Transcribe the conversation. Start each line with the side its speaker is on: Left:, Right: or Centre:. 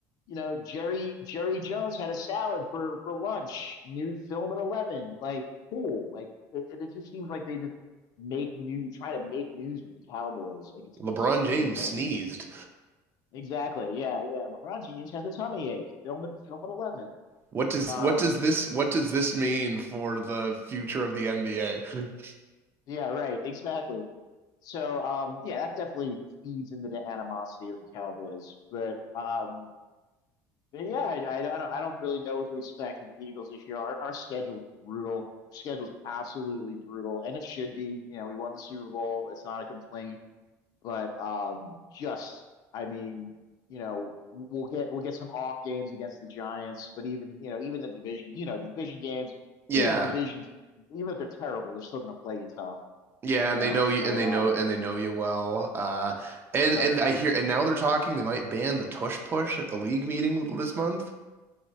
Left: you know Jerry Jerry Jones had a salad for for lunch. New film at eleven, like cool. Like it, it it just seems like they just make new try to make news with the Cowboys. Like it's
Right: LeBron
Left: it's
Right: James
Left: it's annoying.
Right: sneezed.
Left: Exactly. Yeah, yeah. LeBron James has a tummy ache. Film at film at eleven.
Right: What does
Left: Um,
Right: what does this what does this mean for the future of the NBA? Mm.
Left: yeah, right, exactly. So um yeah, that definitely feeds into the animosity with the Cowboys. But um but yeah, I, I don't I don't really know what to expect with the Eagles this year. Our our schedule's brutal. Schedule's absolutely brutal, and it should be. You know, we won the Super Bowl. It's not a complaint. But um, just, I mean, you know, we'll get we'll get some off games against the Giants, but even you know, even the division, you know, the division games,
Right: Yeah.
Left: even a division team, even if they're terrible, they're still going to play you tough,
Right: Yeah,
Left: you
Right: and
Left: know.
Right: they know
Left: So,
Right: you and they
Left: um,
Right: know and they know you well. Uh and
Left: you know,
Right: and I hear and now they're talking they might ban the tush push at the league meeting this month.